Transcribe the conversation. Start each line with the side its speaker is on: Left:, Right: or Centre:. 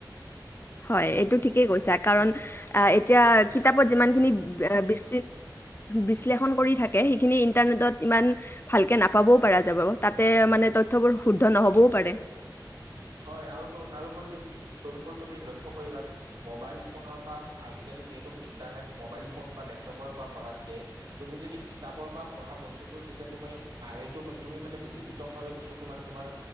Left: হয়, এইটো ঠিকেই কৈছা কাৰণ এতিয়া যিমানখিনি বিশ বিশ্লেষণ সেইখিন ইমান ভালকে নাপাবও পৰা যাব তাতে মান তবোৰ শুদ্ধ নহ'বও পাৰে।
Right: হয় আৰু তো তাৰপৰিও তদুপৰি তুমি লক্ষ্য কৰিবা যে মোবাইল ফোনৰ পৰা আজিকালি যিহেতু ইণ্টাৰনেট মোবাইল ফোন বা লেপটপৰ পৰা পঢ়াতকে, তুমি যদি কিতাপৰ পৰা পঢ়া। বস্তুটো তেতিয়া তুমি হেৰিটো তুমি মানে বেছি বিতং ভাৱে, বস্তুটো মানে তোমাৰ।